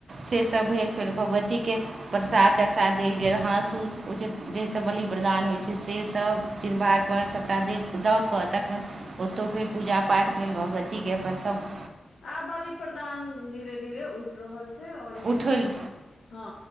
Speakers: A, on the right (about 60°); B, on the left (about 75°).
A: से सब भेल फेर भगवतीके प्रसाद तरसाद देल गेल हाँस उस- ओ जे जाहिसँ बलि प्र्रदान होइत छै सेसभ चिन्बाड़पर सभटा दऽ कऽ तखन- ओतहु फेर पूजा पाठ भेल भगवतीके अपन सभ।
B: आ बाली प्रदान धीरे धीरे उठि रहल छै आओर ईसभ
A: उठल
B: चीज- हँ